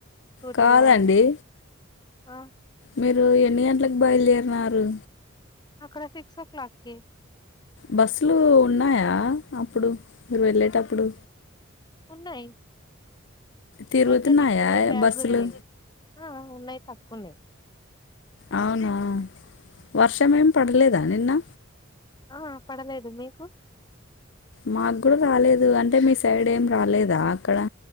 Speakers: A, on the left (about 20°); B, on the left (about 65°).
A: స్కూటీలో
B: కాదండి
A: ఆ
B: మీరు ఎన్ని గోట్లకు బయలుదేరినారు.
A: అక్కడ సిక్స్ ఓ క్లాక్కి
B: బస్సులు ఉన్నాయా, అప్పుడు మీరు వెళ్ళేటప్పుడు.
A: ఉన్నాయ్.
B: తిరుగుతున్నాయా
A: అయితే డిక్కీలో బ్యాగ్
B: బస్సులు
A: ఉంది, ఆ ఉన్నాయ్ తకవున్నాయ్.
B: అవునా వర్షం ఏం పడలేదా నిన్నా.
A: ఆ పడలేదు మీకు
B: మా గూడా రాలేదు అంటే మీ సైడ్ ఏం రాలేదా అక్కడా